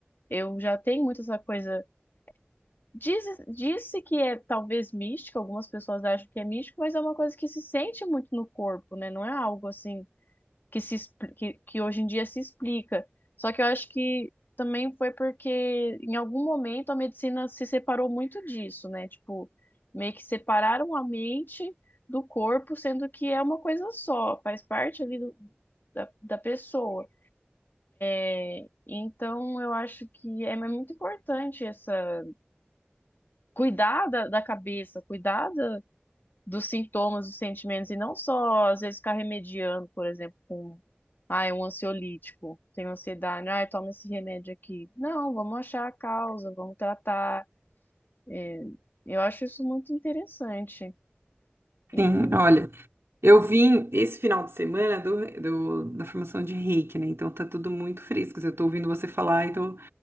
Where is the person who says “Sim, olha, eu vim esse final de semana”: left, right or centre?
Right